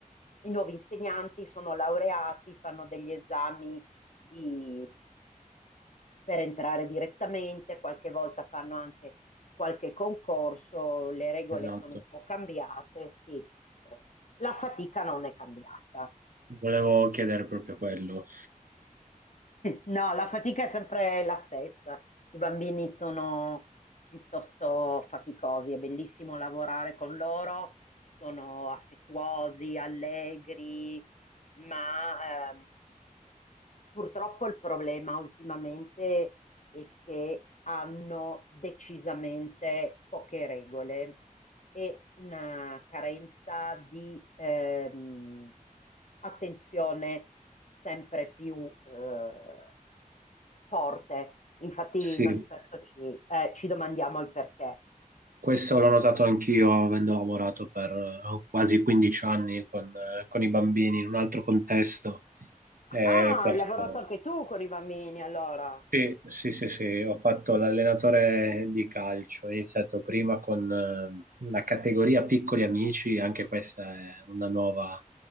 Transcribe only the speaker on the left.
i nuovi insegnanti sono laureati, fanno degli esami di- per entrare direttamente, qualche volta fanno anche qualche concorso, le regole
sono un po' cambiate, sì, eh, la fatica non è cambiata.
No, la fatica è sempre la stessa. I bambini sono piuttosto faticosi, è bellissimo lavorare con loro, sono affettuosi, allegri, ma ehm, purtroppo il problema ultimamente è che hanno decisamente poche regole e una carenza di ehm, attenzione sempre più eh, forte. Infatti
noi spesso ci, eh, ci domandiamo il perché.
Ah,
hai lavorato anche tu con i bambini allora?